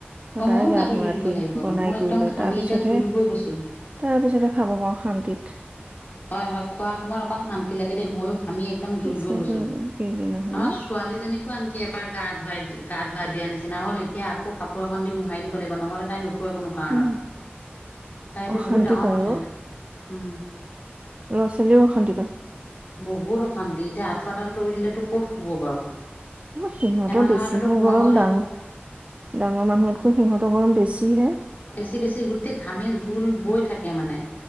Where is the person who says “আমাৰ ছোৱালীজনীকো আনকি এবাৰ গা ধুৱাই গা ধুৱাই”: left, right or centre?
Left